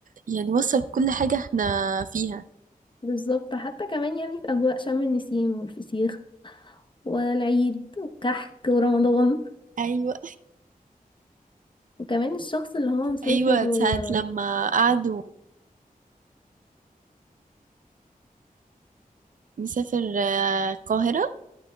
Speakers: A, on the right; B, on the left.
A: يعني وصل كل حاجه احنا فيها
B: بالظبط حتى كمان يعني في اجواء شم النسيم والفسيخ والعيد والكحك ورمضان
A: ايوه
B: وكمان الشخص اللي هو مسافر
A: ايوه
B: و...
A: ساعه لما قعدوا مسافر آه، القاهره